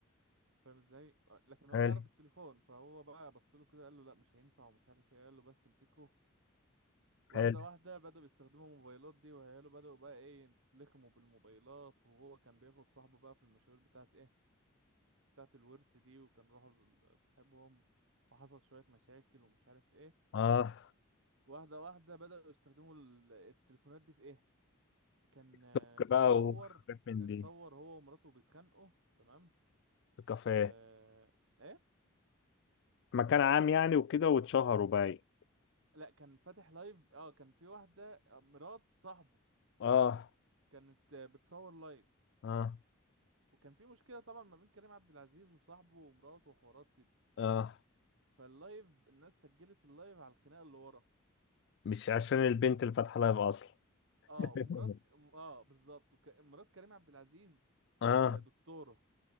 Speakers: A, on the right; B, on the left.
A: فاهم ازاي لكن هو
B: حلو
A: يعرف التليفون فهو بقى بص له كده قال له لا مش هينفع ومش عارف ايه قال له بس امسكه واحدة
B: حلو
A: واحدة بدأوا يستخدموا الموبايلات دي وهيالو بدأوا بقى ايه يتلخموا بالموبايلات وهو كان بياخد صاحبه بقى في المشاوير بتاعت ايه بتاعت الورث دي وكان راحوا لصاحبهم وحصل شوية مشاكل ومش عارف ايه
B: آه
A: واحدة واحدة بدأوا يستخدموا ال- التليفونات دي في ايه كان آه،
B: سك بقى
A: اتصور
B: وحاجات من
A: اتصور
B: دي
A: هو ومراته بيتخانقوا تمام
B: في كافيه
A: اه ايه
B: مكان عام يعني وكده واتشهروا بقى
A: لا كان فاتح لايف اه كان في واحدة آه، مرات صاحبه
B: اه
A: كانت آه، بتصور لايف
B: اه
A: وكان في مشكله طبعا ما بين كريم عبد العزيز وصاحبه ومراته وحوارات كده
B: اه
A: فاللايف الناس سجلت اللايف على الخناقه اللي ورا
B: مش عشان البنت اللي فاتحه لايف اصلا
A: اه
B: <laughs>
A: ومرات اه بالظبط وك... مرات كريم عبد العزيز
B: اه
A: آه دكتوره